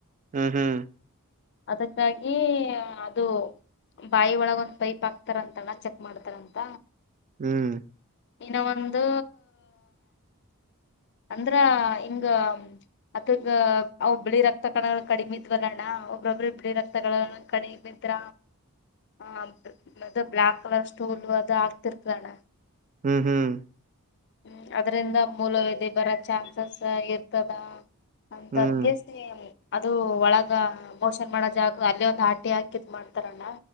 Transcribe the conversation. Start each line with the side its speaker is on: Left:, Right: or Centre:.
Right: ಹ್ಮ್ ಹ್ಮ್.
Left: ಅದಕ್ಕಾಗಿ ಅದು ಬಾಯಿ ಒಳಗ ಒಂದ್ ಪೈಪ್ ಆಗ್ತಾರಂತ. ಎಲ್ಲಾ ಚೆಕ್ ಮಾಡ್ತಾರ ಅಂತ.
Right: ಹ್ಮ್.
Left: ಇನ್ನು ಒಂದು ಅಂದ್ರ ಹಿಂಗ ಅದಗ ಅವ ಬಿಳಿ ರಕ್ತ ಕಣಗಳು ಕಡಿಮ ಇದ್ವಲ್ಲಣ್ಣ ಒಬ್ರೊಬ್ಬ್ರ ಬಿಳಿ ರಕ್ತ ಕಡಿಮಿದ್ರ ಅವ ಬ್ಲಯಾಕ್ ಕಲರ್ ಸ್ಟೋಲ್ ಅದು ಆಗ್ತಿರ್ತಣ.
Right: ಹ್ಮ್ ಹ್ಮ್.
Left: ಹ್ಮ್ ಅದ್ರಿಂದ ಮೂಲವೇಧಿ ಬರೋ ಚಾನ್ಸಸ್ ಇರ್ತದ. ಅಂತಗ್ಗಸ
Right: ಹ್ಮ್
Left: ಅದು ಒಳಗ ಬೋಷನ್ ಮಾಡದಕ ಅಲ್ಲೇ ಒಂದ ಹಟಿ ಹಾಕಿದ್ ಮಾಡ್ತಾರಣ್ಣ.